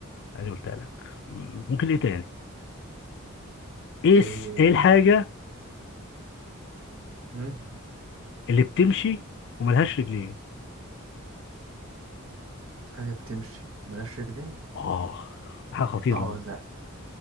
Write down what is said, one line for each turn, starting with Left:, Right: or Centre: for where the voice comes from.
Left: ادي قلتها لك مم، ممكن ايه تاني ايه
Right: ايه
Left: الس- ايه الحاجه
Right: مم،
Left: اللي بتمشي وملهاش رجلين
Right: حاجه بتمشي ملهاش رجلين
Left: اه حاجه خطيره
Right: اه
Left: دي
Right: لا